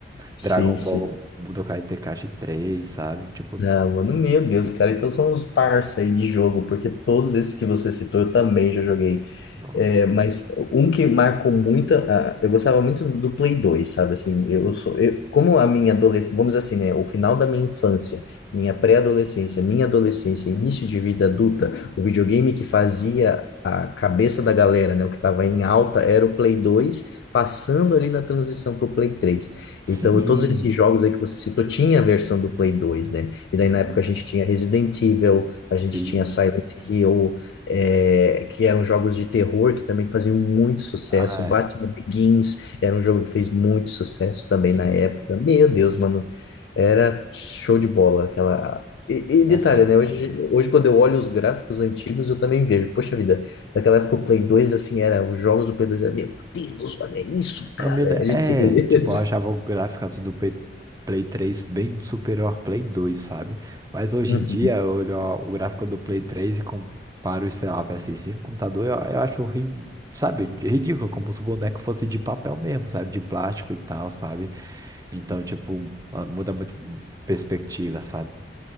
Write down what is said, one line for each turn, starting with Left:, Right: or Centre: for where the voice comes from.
Left: Sim,
Right: Dragon
Left: sim.
Right: Ball Budokai Tenkaichi três, sabe? Tipo,
Left: Ah, mano, meu Deus, cara, então somos parça aí de jogo, porque todos esses que você citou eu também já joguei.
Right: nossa.
Left: É, mas um que marcou muito, ah, eu gostava muito do Play 2, sabe? Assim, eu sou, eu- como a minha adolescência, vamos dizer assim, né? O final da minha infância, minha pré-adolescência, minha adolescência, início de vida adulta, o videogame que fazia a cabeça da galera, né? O que estava em alta era o Play 2, passando ali na transição para o Play 3.
Right: Sim.
Left: Então, todos esses jogos aí que você citou, tinha a versão do Play 2, né? E daí
Right: Uhum.
Left: na época a gente tinha Resident Evil, a gente
Right: Sim.
Left: tinha Silent Hill, é, que eram jogos de terror que também faziam muito sucesso.
Right: Ah,
Left: Batman Begins era um jogo que fez muito sucesso também
Right: sim.
Left: na época. Meu Deus, mano, era show de bola aquela. E, e detalhe,
Right: É sério.
Left: né? Hoje, hoje, quando eu olho os gráficos antigos, eu também vejo. Poxa vida, naquela época o Play 2, assim, era. Os jogos do Play 2 era, meu Deus, olha isso,
Right: Não,
Left: cara.
Right: me le-
Left: A gente...
Right: é, tipo, eu achava o gráfico assim do Play, Play 3 bem superior ao Play 2, sabe? Mas hoje
Left: <laughs>
Right: em dia eu olho o gráfico do Play três e comparo, sei lá, o PS5, com computador, eu, eu acho, ri- sabe, ridículo, como se o boneco fosse de papel mesmo, sabe? De plástico e tal, sabe? Então, tipo, ah, muda muito perspectiva, sabe?